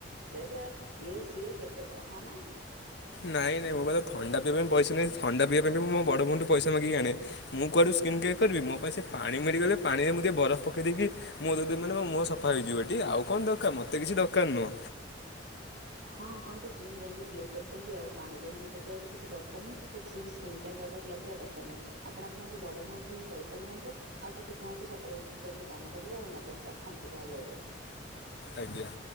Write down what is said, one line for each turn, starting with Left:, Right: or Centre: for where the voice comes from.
Right: ଟ୍ରେଜର ଇଏ ସିଏ କେତେ କଣ ହଁ ନା?
Left: ନାଇଁ ନାଇଁ ମୋ ପାଖରେ ଥଣ୍ଡା ପିଇବା ପାଇଁ ପଇସା ନାହିଁ ଥଣ୍ଡା ପିଇବା ପାଇଁ ବି ମୁ ମୋ ବଡ଼ ଭଉଣି ଠୁ ପଇସା ମାଗିକି ଆଣେ ମୁଁ କୁଆଡୁ ସ କିନ୍ କେଆର କରିବି ମୋ ପାଇଁ ସେ ପାଣି ମିଳିଗଲେ ପାଣିରେ ମୁ ଟିଏ ବରଫ ପକାଇ ଦେଇକି ମୁହଁ ଧୋଇ ଦେବି ମାନେ ମୋ ମୁହଁ ସଫା ହେଇଯିବ ଟି ଆଉ କଣ ଦରକାର ମତେ କିଛି ଦରକାର ନୁହଁ।
Right: ହଁ, ଆପଣ ତ ଜିମ୍ ଯାଇକି ଗ୍ଲୋ କରୁଛନ୍ତି। ଆଉ ପାଣିରେ ମୁହଁ ପକେଇବା କିଛି ଦରକାର ନାହିଁ। କିଛି ବି ସ୍କିନ୍ କେୟାର ପ୍ରଡ଼କ୍ଟ ଲଗେଇବା ଦରକାର ନାହିଁ। ଆପଣ ଆପଣଙ୍କ ବଡ ଭଉଣୀ ଠୁ ହିଁ ପଇସା ନିଅନ୍ତୁ। ଆଉ ତାକୁ କୁହନ୍ତୁ ସକାଳୁ ଉଠିକି ଜଲ୍ଦି କାମ କାମ କରିବା ଆଉ ନବମ ରଖନ୍ତୁ। ତାଙ୍କ <unintelligible>
Left: ଆଜ୍ଞା।